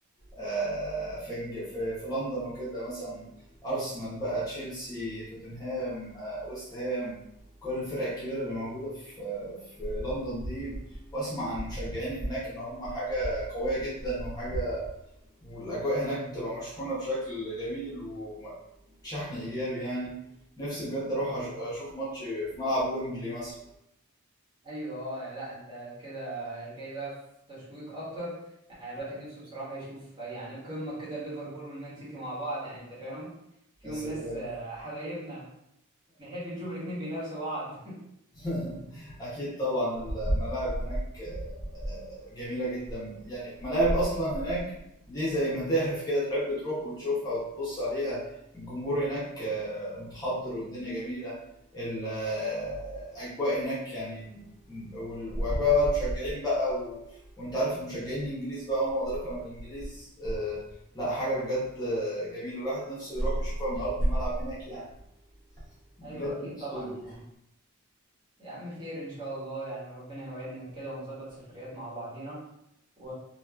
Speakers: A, on the left; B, on the right.
A: آه، في إنج- في في لندن وكده مثلا ارسنال بقى تشيلسي توتنهام آه، ويست هام كل الفرق الكبيره اللي موجوده في في لندن دي واسمع عن مشجعين هناك ان هم حاجه قويه جدا وحاجه والاجواء هناك بتبقى مشحونه بشكل جميل وشحن ايجابي يعني نفسي بجد اروح أش- اشوف ماتش في ملعب ويمبلي مثلا
B: ايوه اه يعني لا انت كده جاي بقى في تشويق اكتر يعني الواحد نفسه بصراحه يشوف يعني قمه كده ليفربول والمان سيتي مع بعض يعني انت فاهم فيهم
A: يا سلام
B: ناس آه، حبايبنا نحب نشوف الاتنين بينافسوا بعض
A: <laughs> اكيد طبعا الملاعب هناك آه، جميله جدا يعني الملاعب اصلا هناك دي زي متاحف كده تحب تروح وتشوفها وتبص عليها الجمهور هناك آه، متحضر والدنيا جميله الاجواء هناك يعني وال- واجواء بقى المشجعين بقى و... وانت عارف المشجعين الانجليز بقى وما ادراك ما الانجليز آه، لا حاجه بجد آه، جميله الواحد نفسه يروح يشوفها من ارض الملعب هناك يعني
B: <laughs>
A: بجد
B: ايوه اكيد
A: نفسه
B: طبعا
A: يروح
B: يعني يا عم خير ان شاء الله يعني ربنا يوعدنا كده ونظبط سفريات مع بعضينا و...